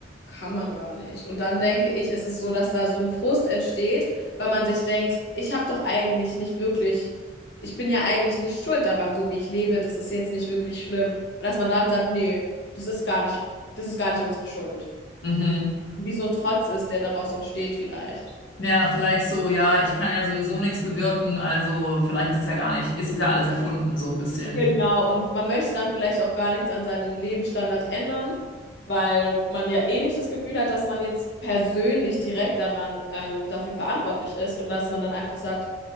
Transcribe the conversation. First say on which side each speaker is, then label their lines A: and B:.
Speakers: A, on the left; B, on the left.
A: kann man gar nicht. Und dann denke ich, ist es so, dass da so ein Frust entsteht, weil man sich denkt, ich habe doch eigentlich nicht wirklich, ich bin ja eigentlich nicht schuld daran, so wie ich lebe, das ist jetzt nicht wirklich schlimm. Und dass man dann sagt, nee, das ist gar nicht, das ist gar nicht unsere Schuld.
B: mhm.
A: Wie so ein Trotz ist, der daraus entsteht vielleicht.
B: Ja, vielleicht so, ja, ich kann ja sowieso nichts bewirken, also vielleicht ist es ja gar nicht, ist es ja alles erfunden, so ein bisschen.
A: Genau, und man möchte dann vielleicht auch gar nichts an seinem Lebensstandard ändern, weil man ja eh nicht das Gefühl hat, dass man jetzt persönlich direkt daran ähm, dafür verantwortlich ist und dass man dann einfach sagt,